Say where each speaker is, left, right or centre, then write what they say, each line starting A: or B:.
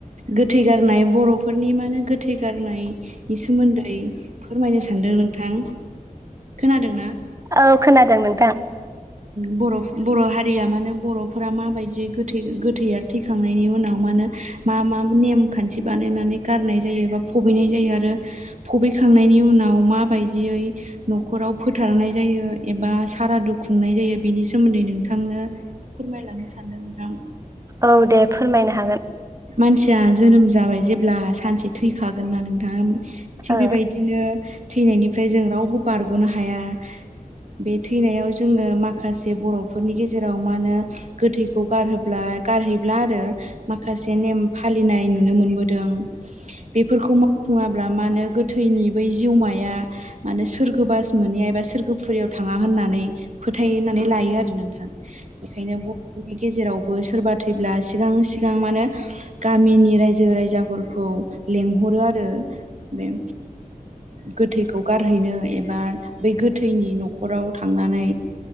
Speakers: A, on the right; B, on the right.
A: गोथै गारनाय बर'फोरनि माने गोथै बे सोमोन्दै फोरमायनो सानदों नोंथां खोनादोंना
B: औ खोनादों नोंथां
A: बर' हारिया माने बर'फोरा माबायदि गोथै गोथैया उनाव मा जा मा मा नेम खान्थि बानायनानै गारनाय जायो बा भबिनाय जायो आरो फबैखांनायनि उनाव मा बायदियै न'खराव फोथारनाय जायो एबा सारादु खुंनाय जायो बेनि सोमोन्दै नोंथांनो फोरमायलांनो सानदों नोंथां
B: औ दे फोरमायनो हागोन
A: मानसिया जोनोम जाबाय जेब्ला सानसे थैखागोनना नोंथाङा थिग
B: ओ
A: बेबायदि बिदिनो थैनायनिफ्राय जों रावबो बारग'नो हाया बे थैनायाव जोङो माखासे बर'फोरनि गेजेराव मा होनो गोथैखौ गारहोब्ला गारहैब्ला आरो मा माखासे नेम फालिनाय नुनो मोनबोदों बेफोरखौ बुङाब्ला मा होनो गोथैनि बै जिउमाया माने सोरगो बास मोनहैया सोरगोफुरियाव थाङा होन्नानै फोथायनानै लायो आरो नोंथां बेखायनो नि गेजेरावबो सोरबा थैब्ला सिगां सि सिगां माने गामिनि रायजो राजाफोरखौ लेंंहरो आरो बे गोथैखौ गारहैनो एबा बै गोथैनि न'खराव थांनानै